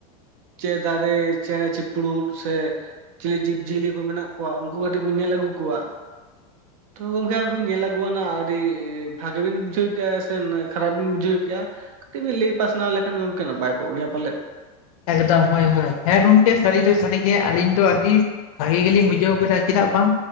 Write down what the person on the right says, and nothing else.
ᱪᱮ ᱫᱟᱨᱮ ᱪᱮᱬᱮ ᱪᱤᱯᱨᱩᱫ ᱥᱮ ᱪᱤᱞᱤ ᱡᱤᱵᱽᱡᱤᱭᱟᱹᱞᱤ ᱠᱚ ᱢᱮᱱᱟᱜ ᱠᱚᱣᱟ ᱩᱱᱠᱩ ᱠᱟᱹᱴᱤᱡ ᱵᱚᱱ ᱧᱮᱞ ᱟᱹᱜᱩ ᱠᱚᱣᱟ
ᱛᱳ ᱜᱚᱝᱠᱮ ᱟᱫᱚ ᱵᱤᱱ ᱧᱮᱞ ᱟᱹᱜᱩᱣᱟᱱᱟ ᱟᱹᱰᱤ ᱵᱷᱟᱜᱤ ᱵᱤᱱ ᱵᱩᱡᱷᱟᱹᱣ ᱠᱮᱭᱟ ᱥᱮ ᱠᱷᱟᱨᱟᱯ ᱵᱤᱱ ᱵᱩᱡᱷᱟᱹᱣ ᱠᱮᱜ ᱟ? ᱠᱟᱹᱴᱤᱡ ᱵᱮᱤᱱ ᱞᱟᱹᱭ ᱯᱟᱥᱱᱟᱣ ᱞᱮᱠᱷᱟᱱ ᱜᱮ ᱜᱚᱢᱠᱮ ᱱᱟᱯᱟᱭ ᱠᱚᱜ ᱜᱮᱭᱟ ᱯᱟᱞᱮᱫ᱾